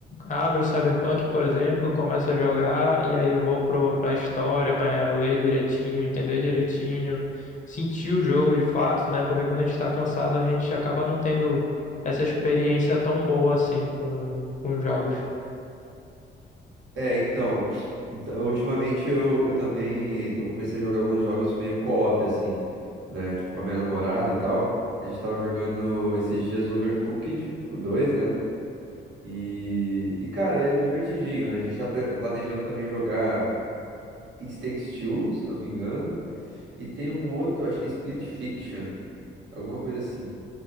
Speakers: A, on the left; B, on the right.
A: abro o Cyberpunk, por exemplo, começo a jogar e aí vou pro, pra história, pra ler direitinho, entender direitinho, sentir o jogo de fato, né? Porque quando a gente tá cansado, a gente acaba não tendo essa experiência tão boa assim com, com os jogos.
B: É, então, então, ultimamente eu, eu também eu comecei a jogar alguns jogos meio co-op, assim, né? Tipo, com a minha namorada e tal. A gente tava jogando esses dias Overcooked, o 2, né? E, e, cara, é divertidinho. A gente tá pe- planejando também jogar It Takes Two, se eu não me engano. E tem um outro, acho que é Split Fiction, alguma coisa assim.